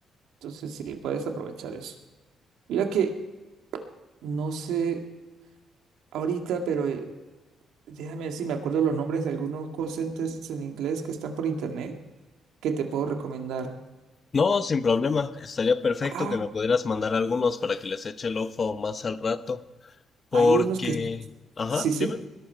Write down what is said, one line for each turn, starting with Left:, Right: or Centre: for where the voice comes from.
Right: Entonces, sí, puedes aprovechar eso. Mira que no sé ahorita, pero eh, Déjame ver si me acuerdo los nombres de algunos call centers en inglés que están por internet que te puedo recomendar.
Left: No, sin problema. Estaría perfecto
Right: Ah,
Left: que me pudieras mandar algunos para que les eche el ojo más al rato. Porque...
Right: hay unos que...
Left: Ajá,
Right: Sí, sí.
Left: dime.